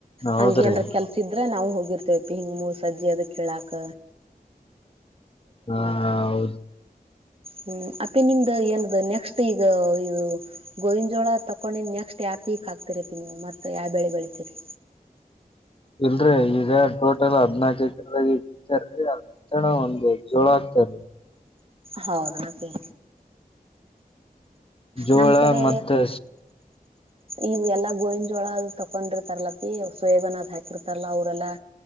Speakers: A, on the left; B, on the right.
A: ಹೌದ್ರಿ
B: ಹಂಗಗೆ ಏನ್ ಕೆಲ್ಸಿದ್ರೆ ನಾವು ಹೋಗ ಹಗಿರ್ತೇವಿ ಹಿಂಗ ಮೂರು ಸಜ್ಜಿ ಅದ ಕಳಾಕ್
A: ಹಾ ಹೌದು
B: ಹ್ಮ್ ಅಪ್ಪೆ ನಿಮ್ದ ಏನ ನೆಕ್ಸ್ಟ್ ಈಗ ಇದು ಗೋವಿನಜೋಳ ತಕೊಂಡ ನೆಕ್ಸ್ಟ್ ಹ್ಯಾಪೀಿಗೆ ಹಾಕ್ತೀರಿಪ್ಪ ನೀವು ಮತ್ತುತ್ತ ಯಾವ ಬೆಳೆ ಬೆಳೀತೀರಿ
A: ಇಲ್ರರಿ ಈಗ ಟೋಟಲ್ ಹದ್ನಾಕ ಎಕರದಾಗ ಇರ್ತಾರೀ ಅದ ತಣ ಒಂದ್ ಜೋಳ ಆಗ್ತಾರೀ ಹ
B: ಹೌದಪ್ಪ
A: ಜೋಳ
B: ನಮ್ಮ್ ಕಡೆ
A: ಮತ್ತೆ
B: ಇವು ಎಲ್ಲಾ ಗೋಯಿಂಜೋಳ ತಕೊಂಡಿರ್ತಾರಲ್ಲಪಿ ಸೋಯವನ ಅದ್ ಹಾಕಿರ್ತಾರಲ್ಲಾ ಅವ್ರಲ್ಲಾ